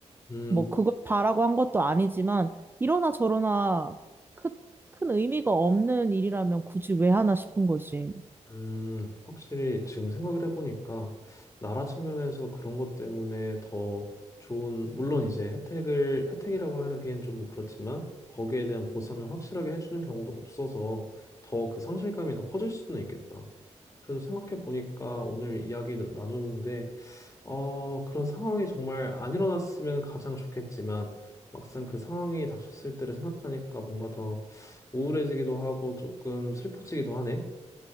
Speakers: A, on the left; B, on the right.
A: 음,
B: 뭐 그걸 바라고 한 것도 아니지만 이러나 저러나 크, 큰 의미가 없는 일이라면 굳이 왜 하나 싶은 거지.
A: 음, 확실히 지금 생각을 해보니까 나라 측면에서 그런 것 때문에 더 좋은, 물론 이제 혜택을, 혜택이라고 하기엔 좀 뭐 그렇지만 거기에 대한 보상을 확실하게 해주는 경우도 없어서 더 그 상실감이 더 커질 수는 있겠다. 그래서 생각해 보니까 오늘 이야기 나누는데, 어, 그런 상황이 정말 안 일어났으면 가장 좋겠지만 막상 그 상황이 닥쳤을 때를 생각하니까 뭔가 더 우울해지기도 하고 조금 슬퍼지기도 하네.